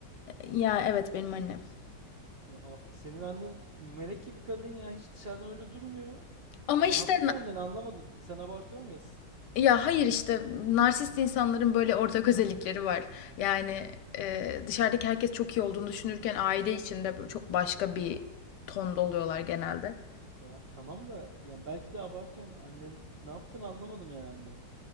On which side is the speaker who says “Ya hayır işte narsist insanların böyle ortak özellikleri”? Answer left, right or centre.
Left